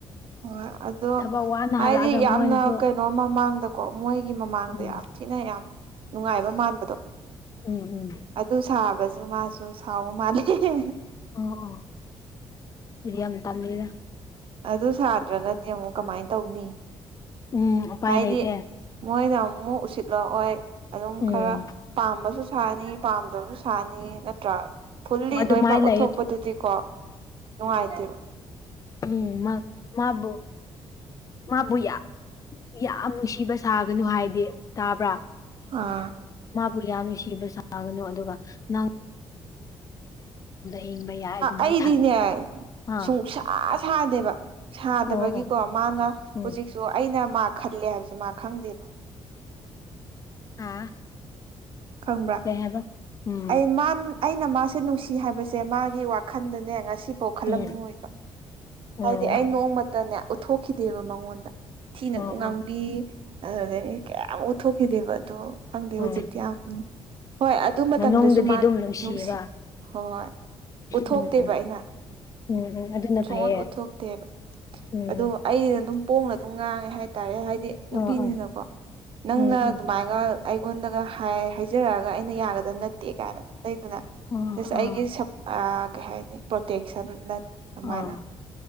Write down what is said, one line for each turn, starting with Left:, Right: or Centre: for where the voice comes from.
Right: ꯍꯣꯏ ꯑꯗꯣ
Left: ꯊꯕꯛ ꯋꯥꯅ
Right: ꯍꯥꯏꯗꯤ
Left: ꯍꯜꯂꯛꯑꯒ
Right: ꯌꯥꯝꯅ
Left: ꯃꯣꯏꯅꯁꯨ
Right: ꯀꯩꯅꯣ ꯃꯃꯥꯡꯗꯀꯣ ꯃꯣꯏꯒꯤ ꯃꯃꯥꯡꯗ
Left: ꯎꯝ
Right: ꯌꯥꯝ ꯊꯤꯅ ꯌꯥꯝ ꯅꯨꯡꯉꯥꯏꯕ ꯃꯥꯟꯕꯗꯣ
Left: ꯎꯝ ꯎꯝ
Right: ꯑꯗꯨ ꯁꯥꯕꯁ ꯃꯥꯁꯨ ꯁꯥꯎꯕ ꯃꯥꯜꯂꯤ ꯍꯤ
Left: ꯑꯣ ꯑꯣ ꯑꯗꯨ ꯌꯥꯝ ꯇꯜꯜꯂꯤꯗ
Right: ꯑꯗꯨ ꯁꯥꯗ꯭ꯔꯒꯗꯤ ꯑꯃꯨꯛ ꯀꯃꯥꯏ ꯇꯧꯅꯤ
Left: ꯎꯝ ꯎꯄꯥꯏ
Right: ꯍꯥꯏꯗꯤ
Left: ꯂꯩꯇꯦ
Right: ꯃꯣꯏꯅ ꯑꯃꯨꯛ ꯎꯁꯤꯠꯂꯛꯑꯣꯏ ꯑꯗꯨꯝ
Left: ꯎꯝ
Right: ꯈꯔ ꯄꯥꯝꯕꯁꯨ ꯁꯥꯅꯤ ꯄꯥꯝꯗꯕꯁꯨ ꯊꯥꯅꯤ ꯅꯠꯇ꯭ꯔꯥ ꯐꯨꯜꯂꯤ
Left: ꯑꯗꯨꯃꯥꯏꯅ
Right: ꯂꯣꯏꯅꯃꯛ
Left: ꯂꯩꯌꯦ
Right: ꯎꯠꯊꯣꯛꯄꯗꯨꯗꯤꯀꯣ ꯅꯨꯡꯉꯥꯏꯇꯦꯕ
Left: ꯎꯝ ꯃꯥ ꯃꯥꯕꯨ ꯃꯥꯕꯨ ꯌꯥ ꯌꯥꯝ ꯅꯨꯡꯁꯤꯕ ꯁꯥꯒꯅꯨ ꯍꯥꯏꯗꯤ ꯇꯥꯕ꯭ꯔꯥ
Right: ꯑꯥ
Left: ꯃꯥꯕꯨ ꯌꯥꯝꯅ ꯁꯤꯕ ꯁꯥꯒꯅꯨ ꯑꯗꯨꯒ ꯅꯪ ꯍꯤꯡꯕ ꯌꯥꯏ ꯑꯗꯨꯃꯥꯏꯅ
Right: ꯑꯩꯗꯤꯅꯦ
Left: ꯊꯥ ꯑꯥ
Right: ꯁꯨꯡꯁꯥ ꯁꯥꯗꯦꯕ ꯁꯥꯗꯕꯒꯤꯀꯣ
Left: ꯑꯣ ꯑꯣ
Right: ꯃꯥꯅ
Left: ꯎꯝ
Right: ꯍꯧꯖꯤꯛꯁꯨ ꯑꯩꯅ ꯃꯥ ꯈꯜꯂꯦ ꯍꯥꯏꯕꯁꯦ ꯃꯥ ꯈꯪꯗꯦꯕ
Left: ꯍꯥꯥ
Right: ꯈꯪꯕ꯭ꯔꯥ
Left: ꯀꯩ ꯍꯥꯏꯕ ꯎꯝ
Right: ꯑꯩ ꯃꯥ ꯑꯩꯅ ꯃꯥꯁꯦ ꯅꯨꯡꯁꯤ ꯍꯥꯏꯕꯁꯦ ꯃꯥꯒꯤ ꯋꯥꯈꯟꯗꯅꯦ ꯉꯁꯤꯐꯥꯎ ꯈꯜꯂꯝꯃꯣꯏꯕ
Left: ꯎꯝ ꯑꯣ
Right: ꯍꯥꯏꯗꯤ ꯑꯩ ꯅꯣꯡꯃꯇꯅꯦ ꯎꯠꯊꯣꯛꯈꯤꯗꯦꯕ ꯃꯉꯣꯟꯗ ꯊꯤꯅ
Left: ꯑꯣ
Right: ꯑꯗꯨꯝ ꯉꯥꯡꯕꯤ
Left: ꯑꯣ
Right: ꯑꯗꯨꯗꯩꯅꯦ ꯀꯌꯥꯃꯨꯛꯠꯊꯣꯛꯈꯤꯗꯦꯕ ꯑꯗꯣ ꯈꯪꯗꯦ
Left: ꯑꯣ
Right: ꯍꯧꯖꯤꯛꯇꯤ ꯌꯥꯝ ꯍꯣꯏ ꯑꯗꯨ ꯃꯇꯝꯗꯁꯨ
Left: ꯃꯅꯨꯡꯗꯗꯤ
Right: ꯃꯥ
Left: ꯑꯗꯨꯝ ꯅꯨꯡꯁꯤꯌꯦꯕ
Right: ꯅꯨꯡꯁꯤ ꯍꯣꯏ ꯎꯠꯊꯣꯛꯇꯦꯕ
Left: ꯎꯝ ꯎꯝ
Right: ꯑꯩꯅ
Left: ꯎꯝ ꯎꯝ ꯑꯗꯨꯅ
Right: ꯁꯣꯛ
Left: ꯐꯩꯌꯦ
Right: ꯎꯠꯊꯣꯛꯇꯦꯕ
Left: ꯎꯝ
Right: ꯑꯣ ꯑꯩꯅ ꯑꯗꯨꯝ ꯄꯣꯡꯅ ꯑꯗꯨꯝ ꯉꯥꯡꯉꯦ ꯍꯥꯏꯇꯥꯔꯦ ꯍꯥꯏꯗꯤ ꯅꯨꯄꯤꯅꯤꯅꯀꯣ
Left: ꯑꯣ ꯑꯣ
Right: ꯅꯪꯅ
Left: ꯎꯝ ꯎꯝ
Right: ꯑꯗꯨꯃꯥꯏꯒ ꯑꯩꯉꯣꯟꯗ ꯍꯥꯏꯖꯔꯛꯑꯒ ꯑꯩꯅ ꯌꯥꯒꯗꯕ ꯅꯠꯇꯦ ꯀꯥꯏꯅ ꯂꯩꯗꯅꯁ
Left: ꯑꯣ ꯑꯣ
Right: ꯑꯩꯒꯤ ꯁꯞ ꯑ ꯀꯩ ꯍꯥꯏꯅꯤ ꯄ꯭ꯔꯣꯇꯦꯛꯁꯟ ꯅꯠ ꯑꯗꯨꯃꯥꯏꯅ
Left: ꯑꯣ